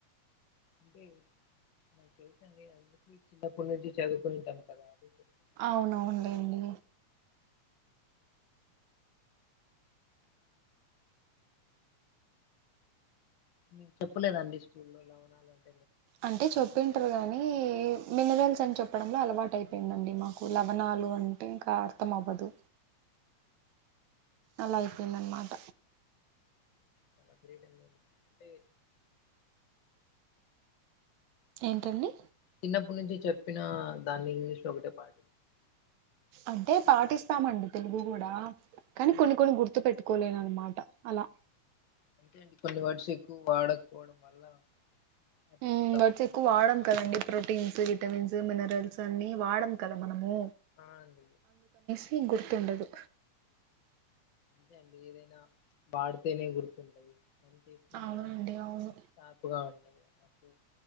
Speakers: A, on the left; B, on the right.
A: అంటే నాకు తెలుసండి అందుకే చిన్నప్పటి నుంచి చదువుకుంటాం కదా అది చెప్తున్నా
B: అవునవునులేండి
A: మీకు చెప్పలేదండి స్కూల్లో లెవనాలంటే
B: అంటే చెప్పింటారు గానీ మినరల్స్ అని చెప్పడంలో అలవాటు అయిపోయిందండి మా కు లవణాలు
A: ఓ,
B: అంటే ఇంకా అర్థం అవ్వదు అలా అయిపోయిందన్నమాట
A: చాలగ్రేట్ అండి మీరు అంటే
B: ఏంటండి
A: చిన్నప్పటి నుంచి చెప్పిన దాన్ని ఇంగ్లీష్ లో ఒకటే ప
B: అంటే పాటిస్ స్తామండి తెలుగు కూడా కానీ కొన్ని కొన్ని గుర్తు పెట్టుకోలేమన్నమాట అలా
A: అంతే అండి కొన్ని వడ్స్ ఎక్కువ వాడకపోవడం వల్ల మర్చిపోతాం
B: మ్ వర్డ్స్ ఎక్కువ వాడన్ కదండీ ప్రోటీన్స్ విటమిన్స్ మినరల్స్ అన్ని వాడం కదా మనము
A: ఆ ఆండి
B: డి గుర్తుండదు
A: అంతే అండి ఏదైనా వాడితేనే గుర్తుంటాయి అన్ని తీసుకుంటేనే
B: అవునండి అవును
A: షార్ప్ గా ఉంటాయి అన్నట్లు